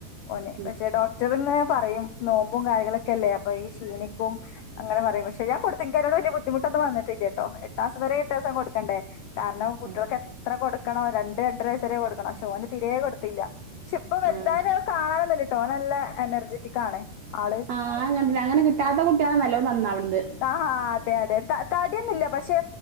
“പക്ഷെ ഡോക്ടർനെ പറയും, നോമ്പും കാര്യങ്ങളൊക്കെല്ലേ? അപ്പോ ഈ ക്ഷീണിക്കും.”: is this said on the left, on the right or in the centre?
Left